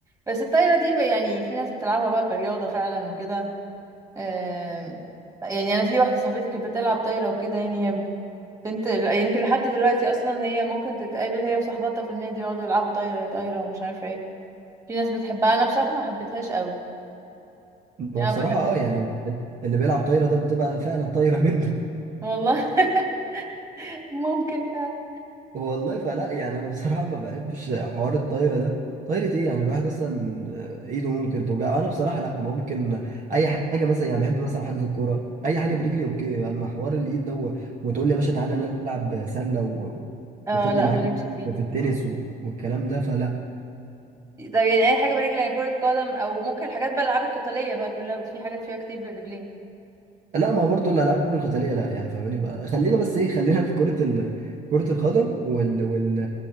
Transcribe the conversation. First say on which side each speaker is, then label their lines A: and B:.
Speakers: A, on the right; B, on the right.
A: بس الطايره دي بقى- يعني في ناس بتلعبها بقى كرياضه فعلا وكده آم، يعني انا في واحده صاحبتي كانت بتلعب طايره وكده يعني هي بنت يمكن لحد دلوقتي اصلا هي ممكن تتقابل هي وصاحبتها في النادي يقعدوا يلعبوا طايره طايره ومش عارفه ايه في ناس بتحبها انا بصراحه ما حبيتهاش قوي
B: ما
A: انا
B: بصراحة
A: بحب
B: اه يعني اللي بيلعب طايرة ده بتبقى فعلا طايرة منه
A: والله <laughs> ممكن فعلا
B: <laughs> والله فلا يعني انا بصراحة ما بحبش حوار الطايرة ده طايرة ايه يعني الواحد اصلا ايده ممكن توجع انا بصراحة لا ممكن اي حاجة مثلا يعني بحب مثلا حجز الكورة اي حاجة برجلي اوكي اما حوار الايد ده و- وتقول لي يا باشا تعالى نلعب سلة و... و-
A: اه
B: وخدني
A: لا
B: معاك
A: مالكش فيه
B: في التنس و... والكلام ده فلا
A: طب يعني اي حاجه برجل يعني كره قدم او ممكن حاجات بقى الالعاب القتاليه بقى كلها في حاجات فيها كتير بالرجلين
B: لا ما برضو الالعاب القتاليه لا يعني فاهماني بقى خلينا بس ايه خلينا في كره ال... كره القدم وال وال